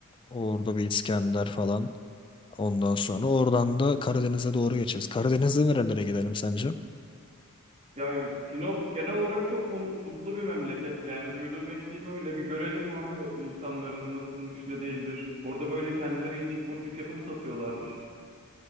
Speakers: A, on the left; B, on the right.
A: orada bir İskender falan. Ondan sonra oradan da Karadeniz'e doğru geçeriz. Karadeniz'de nerelere gidelim sence?
B: Ya Sinop genel olarak çok mu- mutlu bir memleket. Yani duyduğum ettiğim öyle bir görelim abi o insanların nasılmış ne değildir. Orada böyle kendileri
A: Allah
B: incik boncuk yapıp satıyorlarmış.